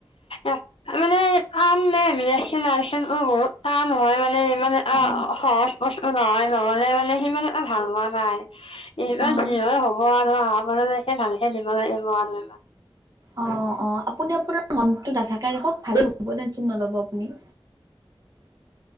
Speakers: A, on the left; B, on the right.
A: এচ মানে কাম নাই মানে আ নহয় মানে ইমান এ আ
B: অ',
A: সহজ বস্তু নহয় ন। নলে মানে সিমান এটা ভাল হোৱা নাই। এইবাৰ
B: অ',
A: যি হয় হ'ব আৰু অহাবাৰলে কে ভালকে দিব লাগিব আৰু এবাৰ।
B: অ' অ' আপুনি আপোনাৰ মনটো ডাঠাকে ৰাখক ভালে হ'ব টেনচন নল'ব আপুনি।